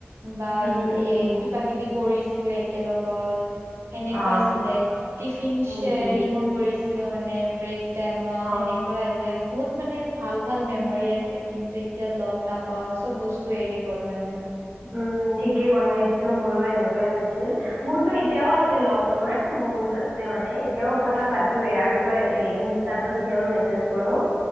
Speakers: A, on the right (about 75°); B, on the right (about 55°).
A: বা
B: উম উম
A: এ
B: উম
A: কিবা কিবি কৰিছিলো একেলগত, সেনেকুৱা
B: অ
A: আছিলে টিফিন
B: উম
A: শ্বেয়াৰিং
B: উম
A: কৰিছিলো মানে। ব্ৰেক টাইমত সেনেকুৱা
B: অ
A: যে। বহুত মানে ভাল ভাল মেমৰি আছে কিন্তু এতিয়া লগ নাপাওঁ চব বস্তু এৰি গ'ল মানে।
B: উম ঠিকে ক'লা সেইটোতো মোৰো এনেকুৱাই হৈছিল মোৰতো এতিয়াও আছিল লগ তোমাৰ বহুত, আছে মানে এতিয়াও কথা পাতো এ আৰু তোমাৰ এ ইনষ্ট্ৰাটো কেতিয়াবা মেচেজ কৰো।